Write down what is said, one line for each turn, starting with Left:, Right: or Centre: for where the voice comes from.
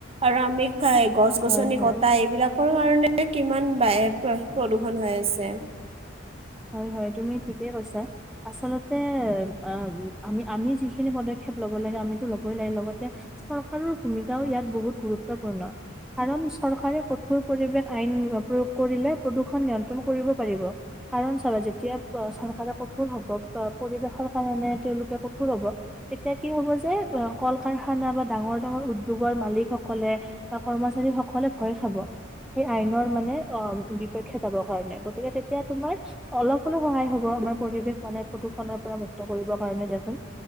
Right: আৰু আমি- খাই গছ গছনি
Centre: হয় হয়
Right: কটা এইবিলাকৰ কাৰণে কিমান বায়ু প্ৰদূৰন হৈ আছে।
Centre: হয় হয় তুমি ঠিকেই কৈছা। আচলতে আ আমি আমি যিখিনি পদক্ষেপ ল'ব লাগে আমিতো ল'বই লাগে, লগতে- চৰকাৰৰ ভূমিকাও ইয়াত বহুত গুৰুত্বপূৰ্ণ। কাৰণ চৰকাৰে কঠোৰ পৰিবেশ আইন প্ৰয়োগ কৰিলে প্ৰদূৰ্ষণ নিয়ন্ত্ৰণ কৰিব পাৰিব। কাৰণ চাবা যেতিয়া চৰকাৰে কঠোৰ হব পৰিবেশৰ কাৰণে তেওঁলোকে কঠোৰ হব- এতিয়া কি হব যে, কল কাৰখানা বা ডাঙৰ ডাঙৰ উদ্যোগৰ মালিক সকলে- বা কৰ্মচাৰী সকলে ভয় খাব। সেই আইনৰ মানে অ বিপক্ষে যাব কাৰণে। গতিকে তেতিয়া তোমাৰ- অলপ হলেও সহায় হ'ব আমাৰ পৰিৱেশ মানে প্ৰদূষণৰ পৰা মুক্ত কৰিবৰ কাৰণে দেচোন-